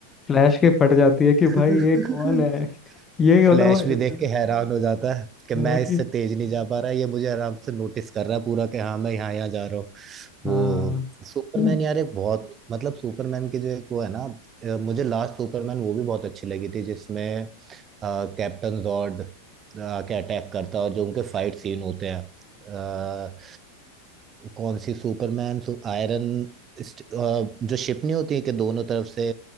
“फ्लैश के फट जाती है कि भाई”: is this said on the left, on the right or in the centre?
Left